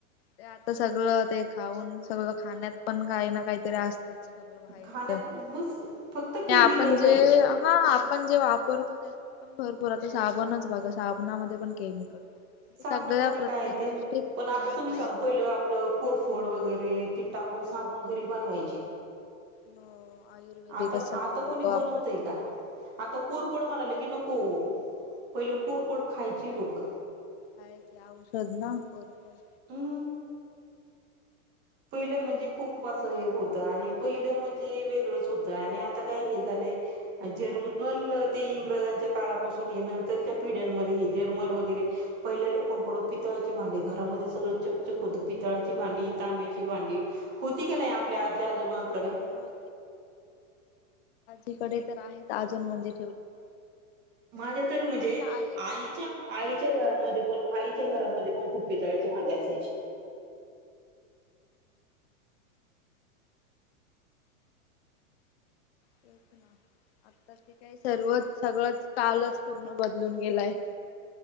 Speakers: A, on the left; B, on the right.
A: ते आता सगळं ते खाऊन सगळं खाण्यात पण काही ना काहीतरी असतंच. सगळं बाहेरच
B: खाण्यात
A: आणि
B: मस् फक्त केमिकल
A: आपण जे
B: झाले
A: हा आपण जे वापरतो त्यात पण भरपूर आता साबणच बघा साबणामध्ये पण केमिकल
B: सामनामध्ये
A: सगळ्या प्रत्येक
B: काय आहे ते
A: गोष्टीत
B: पण
A: केमिकल
B: आता तुम्ही सांगा पहिलं आपलं कोरफोड वगैरे टाकून साबण घरी बनवायचे.
A: हो आयुर्वेदिकच
B: आता
A: सगळी
B: आता
A: लोक
B: कोणी बनवतय
A: वापरायचे.
B: का आता कोरफड म्हणाले की नको. पहिले कोरपड खायची लोक.
A: काय ते औषध ना कोरफड
B: हम् पहिलं म्हणजे खूप असं हे होतं आणि पहिलं म्हणजे वेगळंच होत आणि आता काय हे झालंय जर्मन ते इंग्रज घ्या काळापासून हे नंतरच्या पिढ्यांमध्ये हे जर्मर वगैरे पहिले लोकांकड पितळाची भांडी घरा घरामध्ये सगळं चकचक होत. पितळाची भांडी, तांब्याची भांडी होती का नाही आप आपल्या आजी आजोबांकड?
A: हो हो इकडे तर आहेत अजून मंदिर
B: माझ्या तर म्हणजे
A: अशे आहेत.
B: आईच्या आईच्या घरामध्ये पण आई च्या घरामध्ये पण खूप पितळेचे भांडे असायचे.
A: तेच ना आता ते काही सर्वच सगळंच कालच पूर्ण बदलून गेलाय.